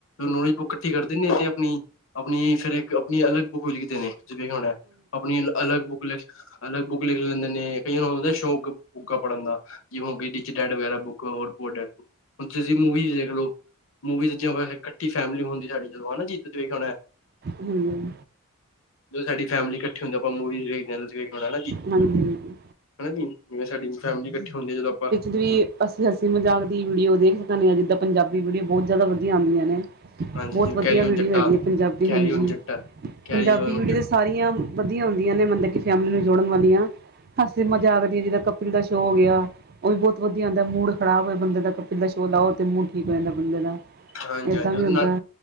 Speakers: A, on the left (about 65°); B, on the right (about 45°).
A: ਨੌਲੇਜ ਇਕੱਠੀ ਕਰ ਦਿੰਦੇ ਤੇ ਆਪਣੀ ਆਪਣੀ ਫਿਰ ਇੱਕ ਆਪਣੀ ਅਲੱਗ ਬੁੱਕ ਲਿਖਦੇ ਨੇ ਜਿਵੇਂ ਹੁਣ ਆਪਣੀ ਅਲੱਗ ਬੁੱਕ ਲਿਖ ਅਲੱਗ ਬੁੱਕ ਲਿਖ ਲੈਂਦੇ ਨੇ, ਕਈਆਂ ਨੂੰ ਸ਼ੌਕ ਬੁੱਕਾਂ ਪੜ੍ਹਨ ਦਾ। ਜਿਵੇ ਹੋ ਗਈਟੀਚਰ ਡੈਡ ਵਗੈਰਾ ਬੁੱਕ ਹੋਰ ਪਰ ਡੈਡ ਹੁਣ ਤੁਸੀਂ ਮੂਵੀਜ਼ ਦੇਖਲਓ ਮੂਵੀਜ਼ ਇਕੱਠੀ ਫੈਮਿਲੀ ਹੁੰਦੀ ਸਾਡੀ ਜਦੋਂ ਹਨਾਂ ਜੀ ਜੀਤਖਣਾ <inaudible>
B: ਹੂੰ।
A: ਜਦੋਂ ਸਾਡੀ ਫੈਮਿਲੀ ਇਕੱਠੀ ਹੁੰਦੀ ਆ ਆਪਾਂ ਮੂਵੀਜ਼ ਵੇਖਦੇ <unintelligible> ਵੇਖਦੇ ਆ ਹਨਾਂ ਜੀ।
B: ਹਾਂਜੀ ਹਾਂਜੀ ਹਾਂਜੀ
A: ਹੈਨਾ ਜੀ, ਜਿਵੇਂ ਸਾਡੀ ਫੈਮਿਲੀ ਇਕੱਠੀ ਹੁੰਦੀ, ਜਦੋਂ ਆਪਾਂ
B: ਦੀ ਅਸੀਂ ਹਸੀਂ ਮਜ਼ਾਕ ਦੀ ਵੀਡੀਓ ਦੇਖ ਸਕਦੇ ਹਾਂ, ਜਿੱਦਾਂ ਪੰਜਾਬੀ ਵੀਡੀਓ ਬਹੁਤ ਜ਼ਿਆਦਾ ਵਧੀਆ ਆਉਂਦੀਆਂ ਨੇ।
A: ਹਾਂਜੀ
B: ਬਹੁਤ
A: ਜਿਵੇਂ
B: ਵਧੀਆ
A: ਕੈਰੀ ਓਨ
B: ਵੀਡੀਓ
A: ਜੱਟਾ,
B: ਹੈਗੀ ਹੈ, ਪੰਜਾਬੀ
A: ਕੈਰੀ
B: ਹਾਂਜੀ,
A: ਓਨ ਜੱਟਾ। ਕੈਰੀ
B: ਪੰਜਾਬੀ
A: ਓਨ
B: ਵੀਡੀਓ
A: ਜੱਟਾ
B: ਦੇ ਸਾਰੀਆਂ ਵਧੀਆ ਹੁੰਦੀਆਂ ਨੇ, ਮਤਲਬ ਕਿ ਫੈਮਿਲੀ ਨੂੰ ਜੋੜਨ ਵਾਲੀਆਂ। ਹੱਸੀ ਮਜ਼ਾਕ ਦੀ ਹੈ, ਜਿੱਦਾਂ ਕਪਿਲ ਦਾ ਸ਼ੋਅ ਕੇਆ, ਉਹ ਵੀ ਬਹੁਤ ਵਧੀਆ ਹੁੰਦਾ, ਮੂਡ ਖਰਾਬ ਹੋਏ ਬੰਦੇ ਦਾ ਕਪਿਲ ਦਾ ਸ਼ੋਅ ਲਾਓ, ਤੇ ਮੂਡ ਠੀਕ ਹੋ ਜਾਂਦਾ ਬੰਦੇ ਦਾ।
A: ਹਾਂਜੀ!
B: ਏਦਾਂ
A: ਹਾਂਜੀ
B: ਵੀ
A: ਉਹਦੇ
B: ਹੁੰਦਾ
A: ਨਾਲ